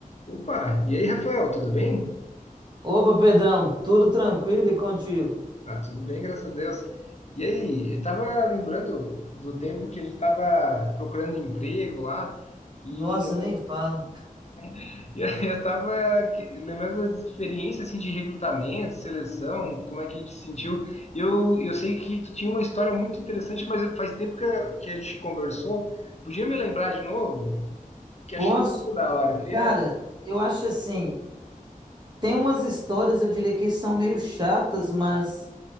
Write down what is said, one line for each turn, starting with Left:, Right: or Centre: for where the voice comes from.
Left: Opa, e aí, Rafael, tudo bem?
Right: Opa, Pedrão, tudo tranquilo e contigo?
Left: Ah, tudo bem, graças a Deus. E aí, eu tava lembrando do tempo que a gente tava procurando emprego lá e
Right: Nossa,
Left: lembra-
Right: nem falo.
Left: <laughs> e aí eu tava que- lembrando das experiências assim de recrutamento, seleção, como é que a gente se sentiu. E Eu, eu sei que tu tinha uma história muito interessante, mas faz tempo que a, que a gente conversou. Podia me lembrar de novo? Que
Right: Posso?
Left: achei muito da hora. Eu queria
Right: Cara, eu acho assim, tem umas histórias, eu diria que são meio chatas, mas